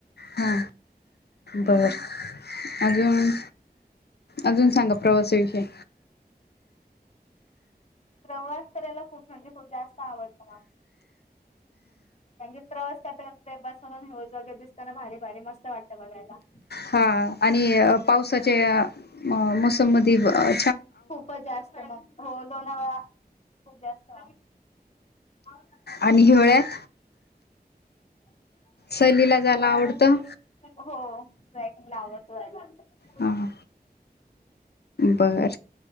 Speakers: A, on the left (about 75°); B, on the left (about 40°).
A: हा
B: हम्म
A: बरं आजून अजून सांगा प्रवासाविषयी
B: प्रवास करायला खूप म्हणजे खूप जास्त आवडतं मॅम कारण की प्रवास <unintelligible> बसूनच व्ह्यूज वगैर दिसताना भारी भारी मस्त वाटतं बघायला.
A: हा आणि अ पावसाच्या
B: हो
A: म मोसममधि अ
B: खूपच जास्त मग हो दोन वेळा खूप जास्त <unintelligible>
A: आणि हिवाळ्यात
B: <unintelligible>
A: सहलीला
B: शिवाय
A: जायला आवडतं
B: मग ते, हो जाय लावतो <unintelligible>
A: ह बर,